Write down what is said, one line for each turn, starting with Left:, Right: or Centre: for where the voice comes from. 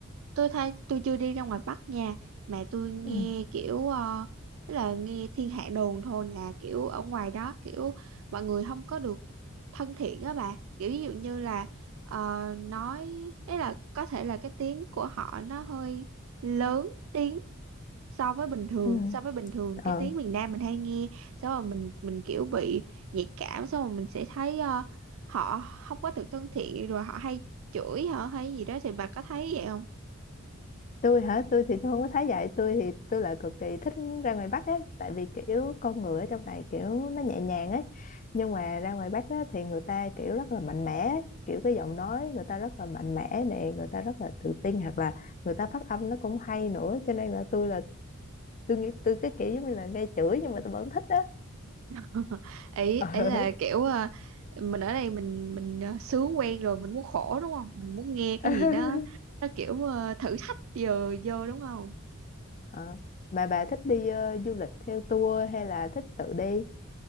Right: tôi thấy tôi chưa đi ra ngoài Bắc nha mà tôi nghe
Left: ừ,
Right: kiểu ờ, tức là nghe thiên hạ đồn thôi là kiểu ở ngoài đó kiểu mọi người không có được thân thiện á bà kiểu ví dụ như là ờ, nói ấy là có thể là cái tiếng của họ nó hơi lớn tiếng so với bình thường
Left: ừ,
Right: so với bình thường cái
Left: ờ.
Right: tiếng miền Nam mình hay nghe xong rồi mình mình kiểu bị nhạy cảm xong rồi mình sẽ thấy ờ, họ không có được thân thiện rồi họ hay chửi hả hay gì đó thì bà có thấy vậy không
Left: tôi hả tôi thì tôi không có thấy vậy tôi thì tôi lại cực kỳ thích ra ngoài Bắc ấy tại vì kiểu con người ở trong này kiểu nó nhẹ nhàng ấy nhưng mà ra ngoài Bắc á, thì người ta kiểu rất là mạnh mẽ ấy. kiểu cái giọng nói người ta rất là mạnh mẽ nè người ta rất là tự tin hoặc là người ta phát âm nó cũng hay nữa cho nên là tôi là tôi nghĩ tôi cái kiểu giống như là nghe chửi nhưng mà tôi vẫn thích á
Right: <laughs> ấy
Left: Ờ.
Right: ấy là kiểu à, mình ở đây mình mình à, sướng quen rồi mình muốn khổ đúng không mình muốn nghe cái
Left: <laughs>
Right: gì đó nó kiểu à, thử thách giờ vô đúng không
Left: Ờ, Mà bà thích đi ờ, du lịch theo tour hay là thích tự đi?